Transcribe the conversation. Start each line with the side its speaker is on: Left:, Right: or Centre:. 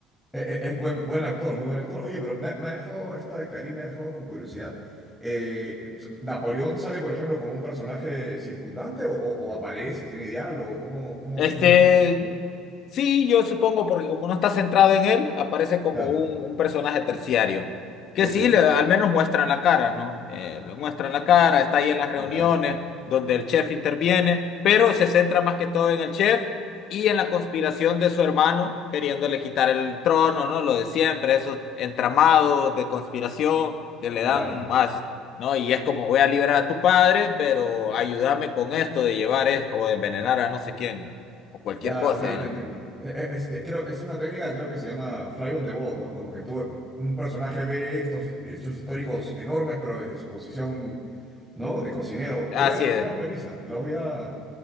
Centre: E- e- Es, buen, buen actor, muy buen actor. Oye, pero me, ha me ha dejado, esta de Karim me ha dejado con curiosidad. Eh, ¿Napoleón sale, por ejemplo, como un personaje circundante o, o- o aparece, tiene diálogo? ¿Cómo, cómo,
Left: Este,
Centre: cómo es eso?
Left: sí, yo supongo, porque como no está centrado en él, aparece como
Centre: Claro,
Left: un, un personaje terciario. Que
Centre: ok,
Left: sí, le- al menos muestran la cara, ¿no? Eh, lo muestran la cara, está ahí en las reuniones
Centre: ya,
Left: donde el chef interviene, pero se centra más que todo en el chef y en la conspiración de su hermano, queriéndole quitar el trono, ¿no? Lo de siempre, esos entramados de conspiración que le
Centre: ya.
Left: dan más. ¿no? Y es como voy a liberar a tu padre, pero ayúdame con esto de llevar es- o de envenenar a no sé quién o cualquier
Centre: Ya,
Left: cosa,
Centre: ok, ya te
Left: ¿no?
Centre: entiendo. E- e- Es, eh, creo, es una técnica, creo que se llama Fly on the Wall, ¿no? Como que tú, un personaje ve estos hist- hechos históricos enormes, pero desde su posición, ¿no? De cocinero.
Left: Así
Centre: Qué buena, qué
Left: es.
Centre: buena premisa. La voy a,